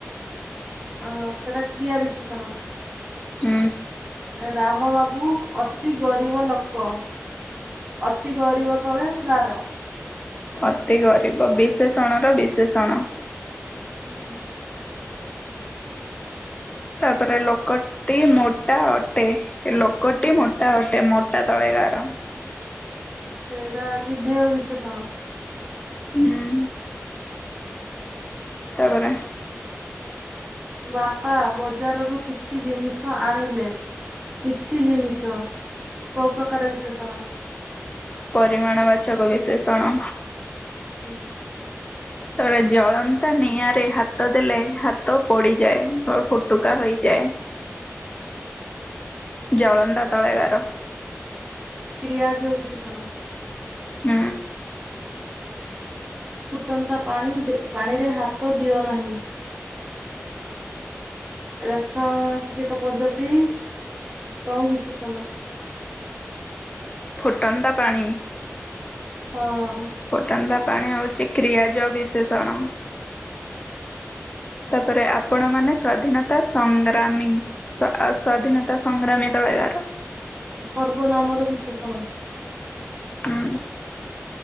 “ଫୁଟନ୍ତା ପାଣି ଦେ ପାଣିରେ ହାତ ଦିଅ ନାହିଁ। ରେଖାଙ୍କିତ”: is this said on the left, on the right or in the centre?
Right